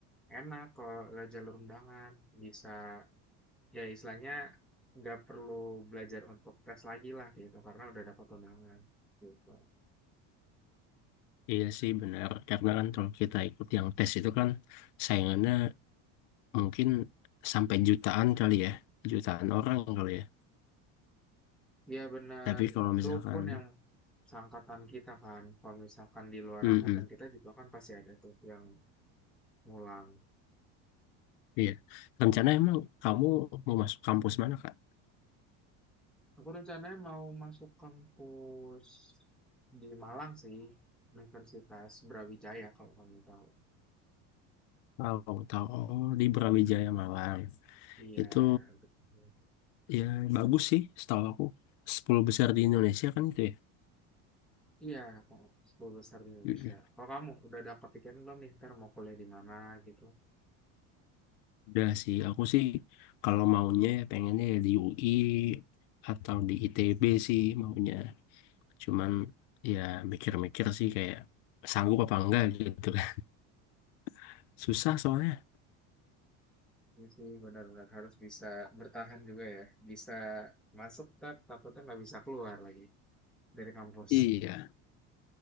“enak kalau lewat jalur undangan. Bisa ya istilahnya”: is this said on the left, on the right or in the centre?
Centre